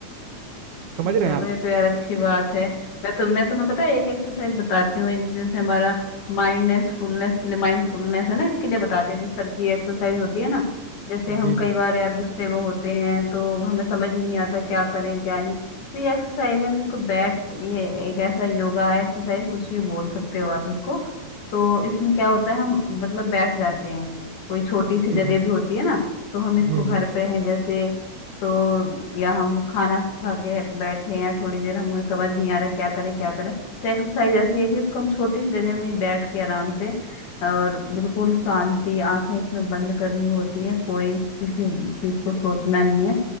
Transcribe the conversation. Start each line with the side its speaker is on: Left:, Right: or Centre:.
Right: समझ रहे
Left: चलो
Right: हैं आप
Left: ये तो यार अच्छी बात है मैं तो मैं तुम्हें पता है एक एक्सरसाइज बताती हूँ ये जो- जैसे हमारा माइंडनेस फुलनेस के लिए माइंडफुलनेस है ना इसके लिए बताते हैं जो सर की एक्सरसाइज होती है ना जैसे हम
Right: जी
Left: कई
Right: जी
Left: बार यार गुस्से में होते हैं तो हमें समझ ही नहीं आता क्या करें क्या नहीं तो ये एक्सरसाइज है हम इसको बैठ ये एक ऐसा योगा है एक्सरसाइज कुछ भी बोल सकते हो आप इसको तो इसमें क्या होता है हम मतलब बैठ जाते हैं कोई छोटी
Right: जी
Left: सी जगह
Right: जी
Left: भी होती है ना तो हम इसको
Right: जी
Left: घर
Right: जी
Left: पे हैं जैसे तो या हम खाना खा के बैठे हैं थोड़ी देर हमें समझ नहीं आ रहा क्या करें क्या करें तो एक्सरसाइज ऐसी है कि उसको हम छोटी सी जगह में बैठ के आराम से और बिल्कुल शांति आंखें इसमें बंद करनी होती है कोई किसी चीज को सोचना नहीं है